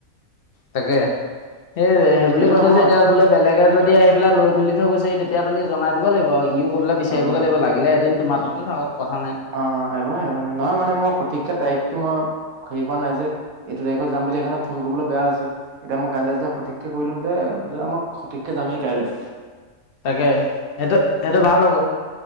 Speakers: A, on the left (about 55°); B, on the right (about 75°).
A: তাকে, সেই সেই বুলি
B: সেইটো
A: কৈ থৈছে
B: নহয়
A: এতিয়া বোলে বেলেগে যদি আহি পেলাই লৈ মেলি থৈ গৈছে তেতিয়া তুমি জনাই দিব লাগিব। ইউ গৈ পেলাই বিচাৰিবগে
B: আমাৰ
A: লাগিব লাগ লাগিলে এদিন তোমাৰ তাতে থাকক কথা নাই।
B: অঁ একো নাই একো নাই। নহয় মানে মই সঠিককে তাৰিখটো মই হেৰী কৰা নাই যে এইটো তাৰিখত যাম বুলি। সেইকাৰণে ফোন কৰিবলৈ বেয়া হৈছে। এতিয়া মই কাইলৈ যেতিয়া সঠিককে কৰি লম দে দাদা মই সঠিককে যামেই কাইলে।
A: তাকে সেইটো সেইটো ভাল হ'ব।